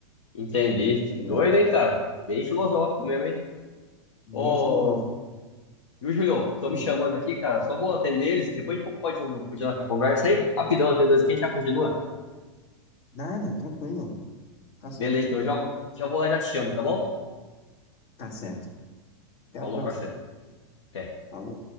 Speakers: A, on the left (about 80°); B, on the left (about 55°).
A: entendi. Que
B: tá ligado?
A: doido, hein, cara? Bem filosófico mesmo, hein?
B: Muito
A: Ô,
B: filosófico.
A: viu, Julio? Estão
B: Hum,
A: me chamando aqui, cara. Só vou atender eles. Depois a gente pode continuar essa conversa aí? Rapidão, atendendo eles, que a gente já continua.
B: nada, tranquilo. Tá certo.
A: Beleza, então já, já vou lá, já te chamo, tá bom?
B: Tá certo. Até
A: Falou,
B: a próxima.
A: parceiro. Até.
B: Falou.